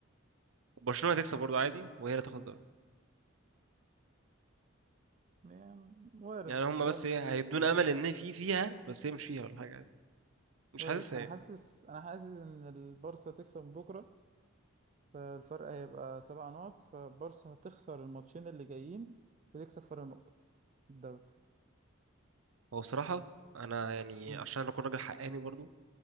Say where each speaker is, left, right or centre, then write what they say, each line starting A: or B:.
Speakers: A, on the right (about 75°); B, on the right (about 35°).
A: وبرشلونه هتكسب برضه عادي وهي اللي تاخد الدوري
B: يعني وارد
A: يعني هم
B: وارد
A: بس ايه هيدونا امل ان في فيها بس هي مش فيها ولا حاجه عادي مش
B: وارد
A: حاسسها
B: انا
A: يعني
B: حاسس انا حاسس ان البارسا هتكسب بكرة فالفرق هيبقى سبع نقط فالبارسا هتخسر الماتشين اللي جايين وتكسب فرق نقطة في الدوري
A: هو بصراحه انا يعني
B: امم
A: عشان اكون راجل حقاني برضو